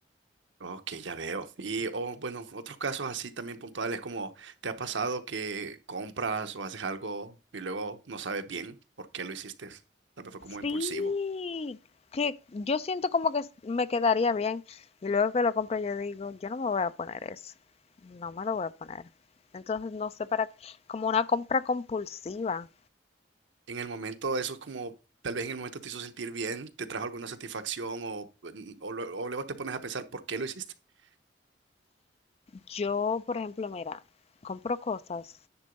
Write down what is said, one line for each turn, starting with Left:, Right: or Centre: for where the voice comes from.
Right: Ok, ya veo. Y, o bueno, otros casos así también puntuales como ¿te ha pasado que compras o haces algo y luego no sabes bien por qué lo hiciste? Tal vez fue como impulsivo.
Left: Sí, que yo siento como que s- me quedaría bien y luego que lo compro yo digo, yo no me voy a poner eso, no me lo voy a poner. Entonces, no sé, para, como una compra compulsiva.
Right: En el momento, eso es como, tal vez en el momento te hizo sentir bien, te trajo alguna satisfacción o, mm, o, lue- o luego te pones a pensar por qué lo hiciste. <laughs>
Left: Yo, por ejemplo, mira, compro cosas